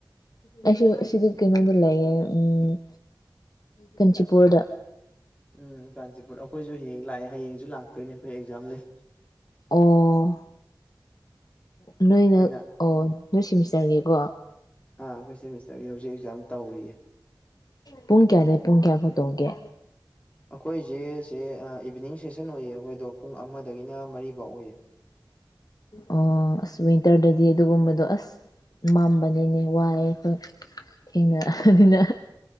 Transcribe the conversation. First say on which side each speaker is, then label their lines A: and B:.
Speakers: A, on the left; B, on the left.
A: ꯑꯩꯁꯨ ꯑꯁꯤꯗ ꯀꯩꯅꯣꯗ ꯂꯩꯌꯦ ꯎꯝ ꯀꯥꯟꯆꯤꯄꯨꯔꯗ
B: ꯎꯝ ꯀꯥꯟꯆꯤꯄꯨꯔ ꯑꯩꯈꯣꯏꯁꯨ ꯍꯌꯦꯡ ꯂꯥꯛꯑꯦ ꯍꯌꯦꯡꯁꯨ ꯂꯥꯛꯇꯣꯏꯅꯦ ꯑꯩꯈꯣꯏ ꯑꯦꯛꯖꯥꯝ ꯂꯩ
A: ꯑꯣ ꯅꯣꯏꯅ
B: ꯑꯩꯈꯣꯏꯅ
A: ꯑꯣ ꯅꯣꯏ ꯁꯦꯃꯤꯁꯇꯔꯒꯤꯀꯣ
B: ꯑꯥ ꯑꯩꯈꯣꯏ ꯁꯦꯃꯤꯁꯇꯔꯒꯤ ꯍꯧꯖꯤꯛ ꯑꯦꯛꯖꯥꯝ ꯇꯧꯔꯤꯌꯦ
A: ꯄꯨꯡ ꯀꯌꯥꯗꯩꯩ ꯄꯨꯡ ꯀꯌꯥ ꯐꯥꯎ ꯇꯧꯒꯦ
B: ꯑꯩꯈꯣꯏꯁꯦ ꯁꯦ ꯏꯚꯤꯅꯤꯡ ꯁꯦꯁꯟ ꯑꯣꯏꯌꯦ ꯑꯩꯈꯣꯏꯗꯣ ꯄꯨꯡ ꯑꯃꯗꯒꯤꯅ ꯃꯔꯤꯐꯧ ꯑꯣꯏꯌꯦ
A: ꯑꯣ ꯑꯁ ꯋꯤꯟꯇꯔꯗꯗꯤ ꯑꯗꯨꯒꯨꯝꯕꯗꯣ ꯑꯁ ꯃꯝꯕꯅꯤꯅꯦ ꯋꯥꯏꯑꯦ ꯑꯩꯈꯣꯏ ꯊꯦꯡꯅꯔꯛꯑꯕꯅꯤꯅ